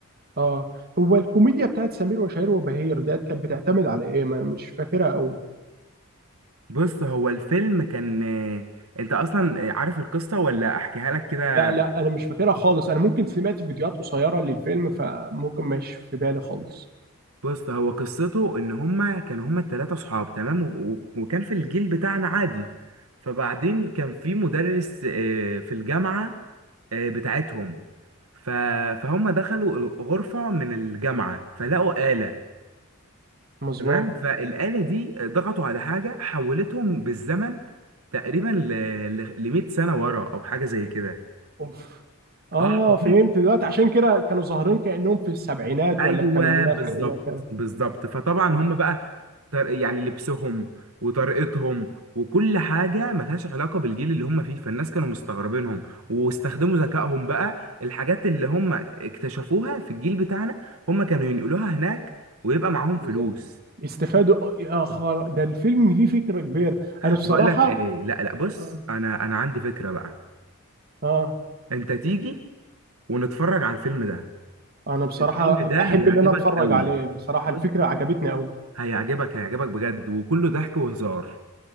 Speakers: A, on the right; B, on the right.
A: اه هو الكوميديا بتاعت سمير وشهير وبهير ديت كانت بتعتمد على ايه ما أنا مش فاكرها قوي
B: بص هو الفيلم كان آه، انت اصلا عارف القصه ولا احكيها لك كده
A: لا لا انا مش فاكرها خالص انا ممكن سمعت فيديوهات قصيره للفيلم فممكن مش في بالي خالص
B: بص هو قصته ان هما كانوا هما التلاتة صحاب تمام و... و... وكان في الجيل بتاعنا عادي فبعدين كان في مدرس آه، في الجامعة آه، بتاعتهم ف... فهم دخلوا ال- غرفة من الجامعة فلقوا آلة
A: مظبوط
B: تمام فالآلة دي ضغطوا على حاجة حولتهم بالزمن تقريبا ل ل 100 سنة ورا أو حاجة زي كده
A: اوف اه
B: اه
A: فهمت دلوقتي عشان كده كانوا ظاهرين كانهم في السبعينات
B: ايوه
A: ولا الثمانينات
B: بالظبط
A: حاجه زي كده
B: بالظبط فطبعا
A: اه
B: هم بقى طر- يعني لبسهم وطريقتهم وكل حاجه ملهاش علاقه بالجيل اللي هم فيه فالناس كانوا مستغربينهم واستخدموا ذكائهم بقى الحاجات اللي هم اكتشفوها في الجيل بتاعنا هم كانوا ينقلوها هناك ويبقى معاهم
A: بالظبط
B: فلوس
A: استفادوا يا خر... ده الفيلم ليه فكره كبيره انا
B: بقول
A: بصراحه
B: لك ايه لا لا بص
A: اه
B: انا انا عندي فكره بقى
A: آه،
B: انت تيجي ونتفرج على الفيلم ده
A: انا بصراحه
B: الفيلم ده
A: احب
B: هيعجبك
A: اللي انا اتفرج
B: قوي
A: عليه بصراحه
B: بص
A: الفكره عجبتني قوي
B: هيعجبك هيعجبك بجد وكله ضحك وهزار